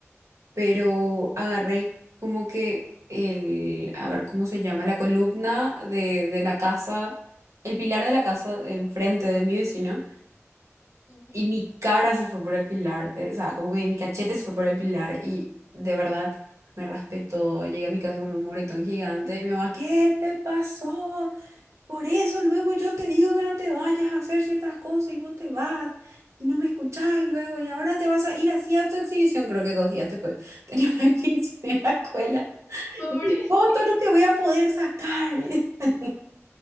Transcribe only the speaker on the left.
Ujú.
<laughs> Pobrecito.